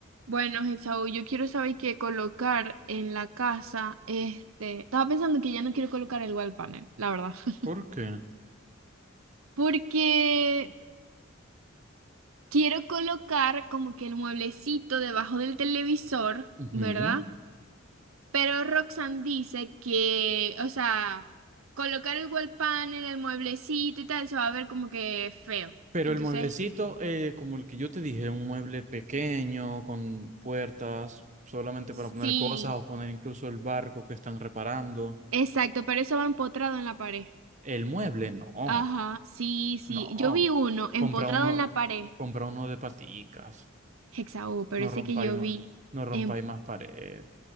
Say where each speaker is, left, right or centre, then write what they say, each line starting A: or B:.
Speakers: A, on the right (about 85°); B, on the right (about 35°).
A: Bueno, Hexau, yo quiero saber qué colocar en la casa. Este, estaba pensando que ya no quiero colocar el wall panel, la verdad. <laughs>
B: ¿Por qué?
A: Porque quiero colocar como que el mueblecito debajo del televisor,
B: Ujú.
A: ¿verdad? Pero Roxanne dice que, o sea, colocar el wall panel, el mueblecito y tal, se va a ver como que feo.
B: Pero
A: Entonces,
B: el mueblecito, eh, como el que yo te dije, un mueble pequeño, con puertas, solamente
A: sí,
B: para poner cosas o poner incluso el barco que están reparando.
A: exacto, pero eso va empotrado en la pared.
B: El mueble, no,
A: Ajá, sí, sí.
B: no.
A: Yo vi uno empotrado
B: Compra uno,
A: en la pared
B: compra uno de paticas.
A: Hexaú, pero
B: No
A: ese
B: rompáis
A: que yo
B: más,
A: vi
B: no rompáis
A: en...
B: más pared.